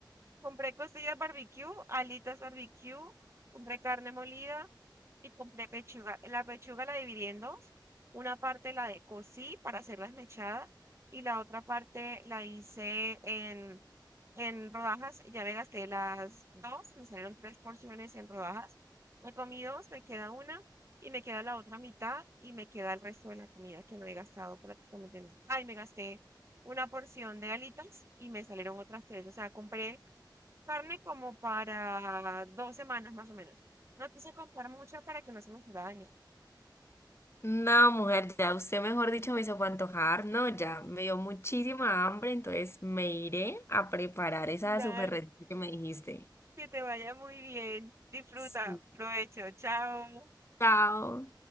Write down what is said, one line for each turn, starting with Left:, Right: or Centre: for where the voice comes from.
Right: Compré costillas barbecue, alitas barbecue, compré carne molida y compré pechuga. La pechuga la dividí en dos. Una parte la de cocí para hacerla esmechada y la otra parte la hice en, en rodajas. Ya me gasté las dos, me salieron tres porciones en rodajas. Me comí dos, me queda una y me queda la otra mitad y me queda el resto de la comida que no he gastado prácticamente nada. Ay, me gasté una porción de alitas y me salieron otras tres. O sea, compré Carne como para dos semanas más o menos. No quise comprar mucha para que no se me fuera a dañar.
Left: No, mujer, ya usted, mejor dicho, me hizo fue antojar. No, ya me dio muchísima hambre, entonces me iré a preparar esa
Right: Dale,
Left: super receta que me dijiste.
Right: que te vaya muy bien. Disfruta,
Left: Sí.
Right: provecho, chao.
Left: Chao.